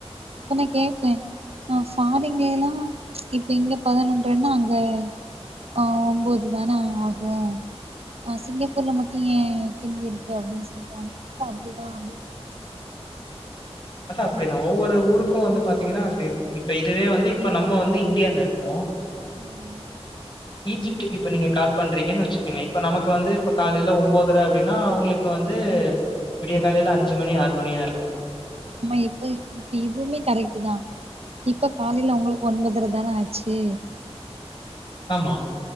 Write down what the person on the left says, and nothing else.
அது அப்டிதா. ஒவ்வொரு ஊருக்கு வந்து பாத்தீங்னா அப்டி இருக்கு, இப்ப இதுவே வந்து இப்ப நம்ம வந்து இண்டியால இருக்கோ
ஈஜிப்ட்டுக்கு இப்ப நீங்க கால் பண்றீங்கன்னு வச்சுக்கோங்க, இப்ப நமக்கு வந்து இப்ப காலையில ஒன்போதரை அப்டின்னா, அவங்களுக்கு வந்து விடிய காலைல அஞ்சு மணி ஆறு மணியா இருக்கு.
ஆமா